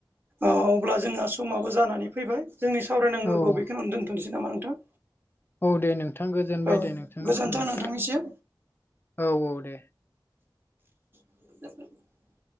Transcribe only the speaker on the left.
औ औ
औ दे नोंथां गोजोनबाय
दे नोंथांनिसिमबो
औ औ दे